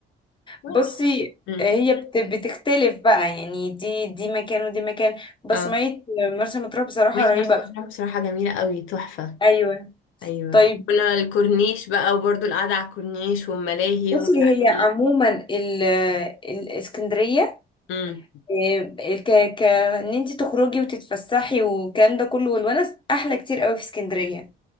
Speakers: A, on the left; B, on the left.
A: معرفش.
B: بصي
A: امم
B: هي بت- بتختلف بقى يعني دي دي مكان ودي مكان بس
A: اه
B: مية مرسى مطروح بصراحة
A: مية
B: رهيبة
A: مرسى مطروح بصراحة جميلة قوي تحفة
B: ايوه
A: ايوه
B: طيب
A: كنا الكورنيش بقى وبرضه القعده على الكورنيش والملاهي
B: بصي
A: ومش
B: هي
A: عارف
B: عموما
A: ايه
B: ال- الاسكندرية
A: امم
B: إيه، ك ك ان انت تخرجي وتتفسحي والكلام ده كله والونس احلى كتير قوي في اسكندرية